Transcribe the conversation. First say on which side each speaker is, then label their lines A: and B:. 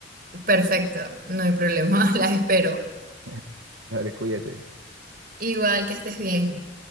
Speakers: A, on the right; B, on the right.
A: Perfecto, no hay problema, <laughs> las espero.
B: <laughs> Dale, cuídate.
A: Igual que estés bien.